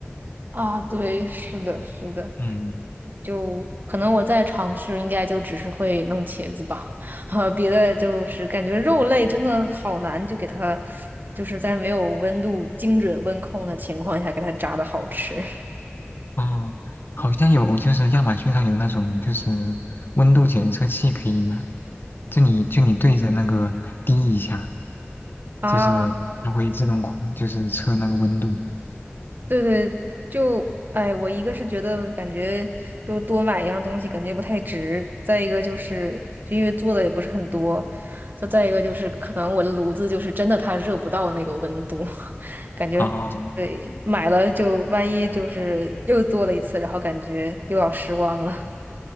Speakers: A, on the right (about 45°); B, on the left (about 55°).
A: 啊，对，是的，是的，
B: 嗯。
A: 就可能我在尝试，应该就只是会弄茄子吧，<laughs> 哈，别的就是感觉肉类真的好难，就给它，就是在没有温度精准温控的情况下给它炸的好吃。
B: 哦，好像有，就是亚马逊上有那种就是温度检测器可以买，就你就你对着那个滴一下，
A: <laughs>
B: 就是它会自动控，
A: 啊。
B: 就是测那个温度。
A: 对对，就哎，我一个是觉得感觉就多买一样东西感觉不太值，再一个就是就因为做的也不是很多，再再一个就是可能我的炉子就是真的它热不到那个温度，<laughs> 感觉对买了就万一就是又做了一次，
B: 哦，
A: 然后感觉又要失望了。